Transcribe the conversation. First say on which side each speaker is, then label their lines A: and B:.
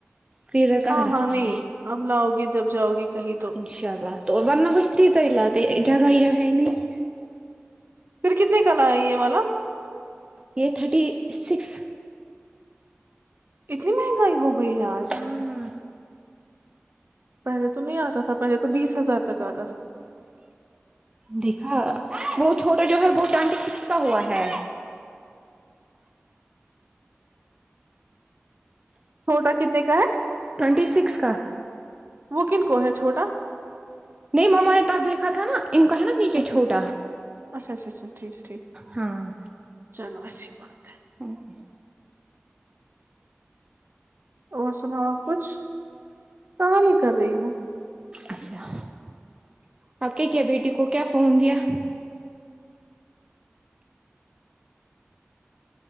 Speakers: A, on the right (about 20°); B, on the right (about 50°).
A: فریزر کہاں
B: ہاں
A: رکھیں
B: ہاں نہیں
A: گے
B: اب لاؤ گے جب جاؤ گے کہیں تو
A: انشاء اللہ تو ورنہ بتری چل لاات جا ہے ہی نہیں
B: پھر کتنے کل ہے یہ والا
A: یہ تھرٹی سکس
B: اتنی مہنگی ہو گئی ہے آج
A: ہاں
B: پہلے تو نہیں آتا تھا پہلے تو بیس ہزار تک آتا تھا
A: دیکھا وہ چھوٹا جو ہے وہ ٹوینٹی سکس کا ہوا ہے
B: چھوٹا کتنے کا ہے
A: ٹوونٹی سکس کا
B: وہ کن کو ہے چھوٹا
A: نہیں مما نے تب دیکھا تھا نا ان کو ہے نا
B: اچھا
A: نیچے
B: اچھا
A: چھوٹا
B: اچھا اچھا اچھا ٹھیک ٹھیک
A: ہاں
B: چلو اچھی بات ہے
A: ہاں <inaudible>
B: اور سناؤ آپ کچھ کہاں نہیں کر رہی ہوں
A: اچھا <inaudible> آپ کیا کیا بیٹی کو کیا فون دیا <inaudible>